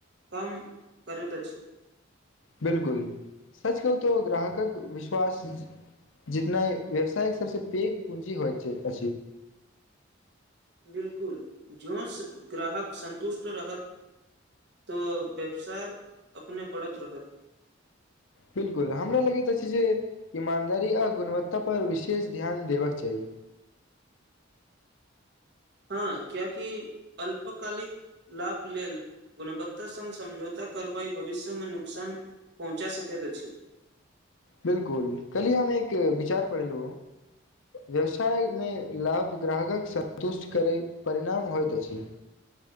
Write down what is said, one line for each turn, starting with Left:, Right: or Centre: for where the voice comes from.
Right: कम करैत अछि।
Left: बिलकुल सच कह तो ग्राहकक विश्वास जितना व्यवसायके सभसँ पैघ पूँजी होइत छै। अ
Right: बिलकुल जोस ग्राहक सन्तुष्ट रहत तऽ व्यवसा अपने बढ़त रहत
Left: बिल्कुल हमरा लगैत अछि, जे ईमानदारी आ गुणवत्ता पर विशेष ध्यान देबाकक चाही
Right: हँ, क्यकी अल्पकालिक लाभ लेल गुणवत्ता सघ समझौता कार्रवाई भविष्यमे नुकसान पहुँचा सकै पत अछि
Left: बिलकुल कल्हि हम एक विचार पढ़लू व्यवसायमे लाभ ग्राहकक सन्तुष्ट करैत परिणाम होइत अछि।